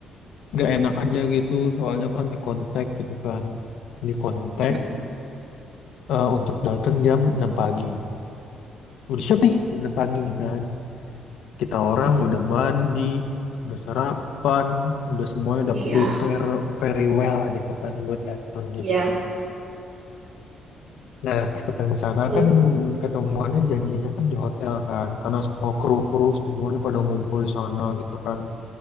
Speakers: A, on the left (about 80°); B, on the right (about 65°).
A: nggak enak aja gitu, soalnya kan di kontak gitu kan, di kontak
B: mm
A: eh, untuk datang jam 6 pagi. Udah siap nih jam 6 pagi nih kan, kita orang udah mandi, udah sarapan, udah semuanya udah
B: Iya,
A: prepare very well gitu kan buat datang gitu.
B: iya.
A: Nah, pas datang di sana
B: Lalu?
A: kan ketemuannya janjinya kan di hotel kan, karena semua kru-kru semuanya pada ngumpul di sana gitu kan.